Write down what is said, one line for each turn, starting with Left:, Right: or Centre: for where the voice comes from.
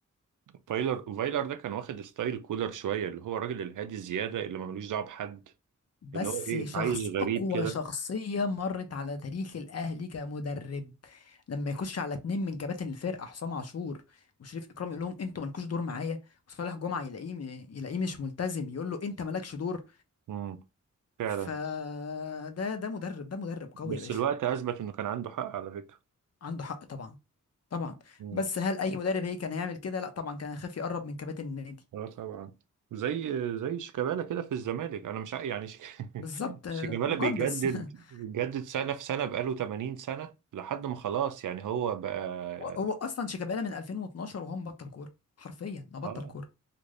Right: فايلر فايلر ده كان واخد ستايل كولر شويه اللي هو الراجل الهادي زياده اللي ما ملوش دعوه بحد
Left: بس
Right: اللي هو ايه
Left: شخص
Right: عايش غريب
Left: أقوى
Right: كده
Left: شخصية مرت على تاريخ الأهلي كمدرب لما يخش على اتنين من كباتن الفرقة حسام عاشور وشريف إكرام يقول لهم أنتوا مالكوش دور معايا وصالح جمعة يلاقيه م- يلاقيه مش ملتزم يقول له أنت مالكش دور
Right: امم فعلا
Left: فده ده مدرب ده مدرب قوي
Right: بس
Left: يا باشا
Right: الوقت اثبت انه كان عنده حق على فكره
Left: عنده حق طبعا طبعا
Right: مم.
Left: بس هل أي مدرب هي كان هيعمل كده؟ لا طبعا كان هيخاف يقرب من كباتن النادي
Right: اه طبعا زي زي شيكابالا كده في الزمالك انا مش ع- يعني شيك- <laughs>
Left: بالظبط
Right: شيكابالا
Left: آه، مقدس
Right: بيجدد
Left: <laughs>
Right: بيجدد سنه في سنه بقاله 80 سنه لحد ما خلاص يعني هو بقى
Left: هو هو أصلا شيكابالا من 2012 وهو مبطل كورة حرفيا ما بطل
Right: اه
Left: كورة